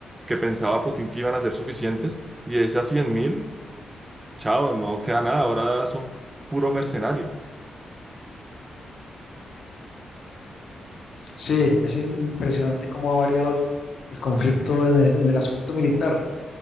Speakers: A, on the right (about 25°); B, on the left (about 65°).
A: que pensaba Putin que iban a ser suficientes y de esas cien mil, chao, no queda nada. Ahora son puro mercenario.
B: Sí, es in- impresionante cómo ha variado el, el conflicto en el, en el aspecto militar.